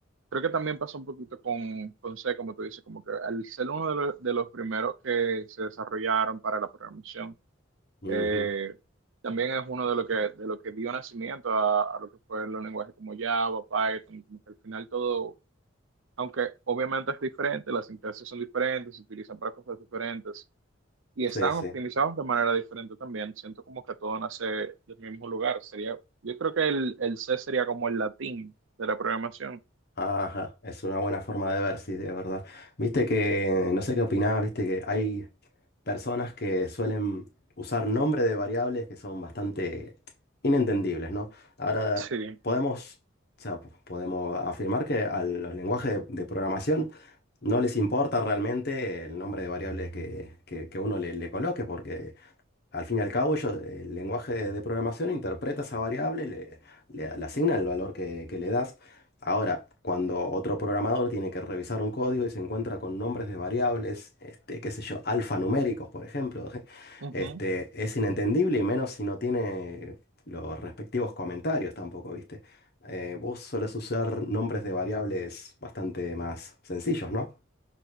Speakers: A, on the right; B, on the left.
A: Creo que también pasó un poquito con, con C, como tú dices, como que al ser uno de los, de los primeros que se desarrollaron para la programación,
B: Ujú.
A: eh, también es uno de lo que, de lo que dio nacimiento a, a lo que fue los lenguajes como Java, Python, como que al final todo, aunque obviamente es diferente, las sintaxis son diferentes, se utilizan para cosas diferentes y están
B: Sí, sí.
A: optimizados de manera diferente también. Siento como que todo nace del mismo lugar. Sería, yo creo que el, el C sería como el latín de la programación.
B: Ajá. Es una buena forma de ver, sí, de verdad. Viste que, no sé qué opinás, viste que hay personas que suelen usar nombres de variables que son bastante inentendibles, ¿no? Ahora,
A: Sí.
B: podemos, o sea, podemos afirmar que a los lenguajes de, de programación no les importa realmente el nombre de variables que, que- que uno le, le coloque, porque Al fin y al cabo, ellos, el lenguaje de, de programación interpreta esa variable, le, le- le asigna el valor que, que le das. Ahora, cuando otro programador tiene que revisar un código y se encuentra con nombres de variables, este, qué sé yo, alfanuméricos, por ejemplo, <laughs>
A: Ujú.
B: este, es inentendible y menos si no tiene los respectivos comentarios tampoco, ¿viste? Eh, vos solés usar nombres de variables bastante más sencillos, ¿no?